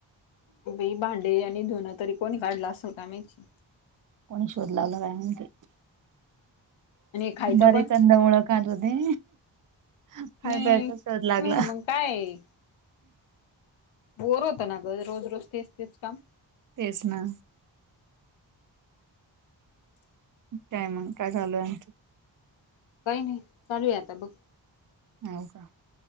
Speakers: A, on the left; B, on the right.
A: एवढे भांडे आणि धुण तरी कोण काढलं असल काय माहिती.
B: कोणी शोध लावला काय माहिती?
A: आणि खायचा
B: बरे
A: पण
B: कंदमुळं खात होते. खाय
A: नाही
B: प्यायचा शोध लागला.
A: मग काय? बोअर होतं ना ग. रोज रोज तेच तेच काम.
B: तेच ना. काय मग, काय चालू आहे?
A: काय नाही चालू आहे आता बघ.
B: हो का.